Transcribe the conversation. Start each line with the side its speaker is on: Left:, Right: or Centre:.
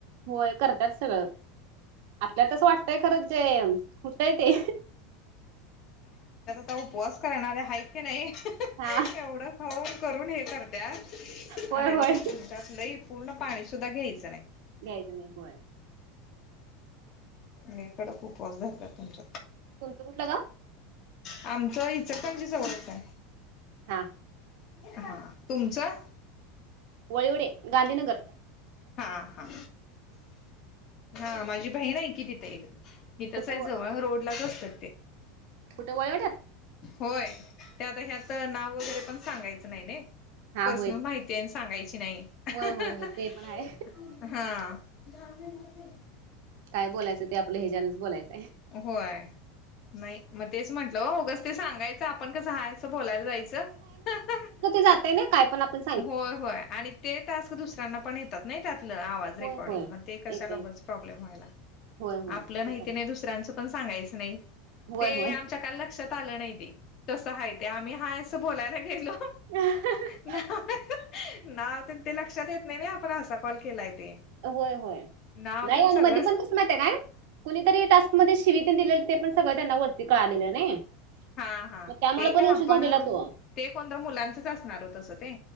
Right: होय करत्यात सगळं आपल्या तसं वाटतंय खरंच जे होतंय ते.
Left: त उपवास करणारे आहेत की नाही, <unintelligible>
Right: हा
Left: एवढं खाऊन करून हे कर.
Right: होय
Left: आणि
Right: होय
Left: हे तुमच्यातलही, पूर्ण पाणी सुद्धा घ्यायचं नाही.
Right: घायच नाही होय,
Left: लई कडक, उपवास धरतात तुमच,
Right: तुमचं कुठ गाव?
Left: आमचं इचलकरजी, जवळयच आहे.
Right: हा,
Left: हा तुमचं?
Right: वळीवडे, गांधीनगर.
Left: हा, हा, हा माझी बहीन आहे की तीथे एक, हिथच
Right: कुठं
Left: आहे,
Right: व
Left: जवळ रोड लाच असतात ते,
Right: कुठे वळवडयात,
Left: होय त्या आता ह्यात, नाव वगैरे पण सांगायचं नाही नी,
Right: हा
Left: पर्सनल
Right: होय.
Left: माहिती आहे सांगायची नाही, <unintelligible>
Right: होय होय होय ते पण आहे
Left: हा दहा मिनटं <unintelligible>
Right: काय बोलच ते, आपला हेचान च बलायचं.
Left: होय नाही, मग तेच म्हंटलं उगाच ते सांगायचं आपण कसं आहे असं, बोलायला जायचं. <unintelligible>
Right: जाते ना काय पण आपन,
Left: होय, होय आणि ते टास्क दुसऱ्यांना पण येतात ना, त्यातलं आवाज, रेकॉर्डिंग
Right: होय होय
Left: म ते कशाला
Right: येतंय
Left: उगाच प्रॉब्लेम व्हायला,
Right: होय होय
Left: आपलं नाही
Right: तर
Left: ते नाही दुसर्याला पण सांगायच नाही,
Right: होय
Left: ते
Right: होय.
Left: आमच्या काल लक्षात आलं नाही तस आहे ते, आम्ही आहे असं बोलायला गेलो,
Right: <unintelligible>
Left: नाव त्यां ते लक्षात येत नाही ना, आपण असा कॉल केलाय ते.
Right: होय, होय
Left: नाव
Right: नाही,
Left: तेन
Right: आणि
Left: सगळंच
Right: मधी पण कसं, कसं माहिय काय कुणीतरी टास्कमध्येध्ये, <unintelligible> दिलेलं ते पण सगळं त्यांना, वरती कळ आलेलं नाही.
Left: हा, हा
Right: मग त्यामुळे
Left: ते काय
Right: पण इश्यू
Left: आपण,
Right: झालेला तो
Left: ते कोणत मुलांचच असणार हो तसं ते,